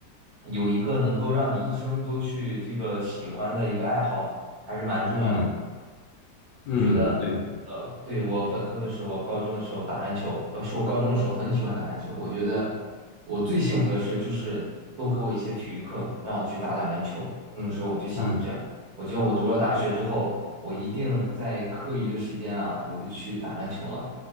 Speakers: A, on the right (about 60°); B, on the left (about 85°).
A: 有一个能够让你一生都去这个喜欢的一个爱好，还是蛮重要的。
B: 嗯嗯，
A: 呃
B: 对对，
A: 呃，对，我本科的时候、高中的时候打篮球，呃，是我高中的时候很喜欢打篮球。我觉得我最幸福的事就是多给我一些体育课，让我去打打篮球。那个时候我就想着这样，
B: 嗯
A: 我觉得我读了大学之后，我一定在课余的时间啊，我就去打篮球了。